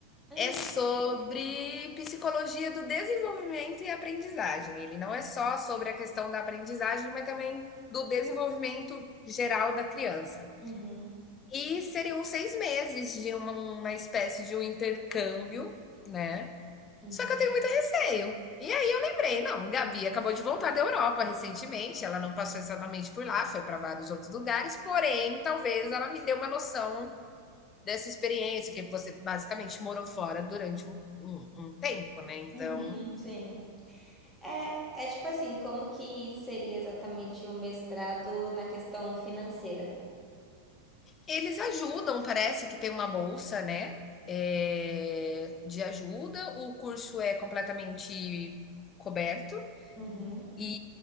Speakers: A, in the centre; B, on the left (about 25°).
A: hum,
B: É sobre psicologia do desenvolvimento e aprendizagem. Ele não é só sobre a questão da aprendizagem, mas também do desenvolvimento geral da criança.
A: uhum,
B: E seriam seis meses de uma, uma espécie de um intercâmbio, né?
A: uhum,
B: Só que eu tenho muito receio. E aí eu lembrei, não, Gabi acabou de voltar da Europa recentemente, ela não passou exatamente por lá, foi para vários outros lugares, porém, talvez ela me dê uma noção dessa experiência, que você basicamente morou fora durante um, um, um tempo, né? Então,
A: uhum, sim. É, é tipo assim, como que seria exatamente o mestrado na questão financeira?
B: eles ajudam, parece que tem uma bolsa, né? É, de ajuda, o curso é completamente coberto
A: Uhum.
B: e,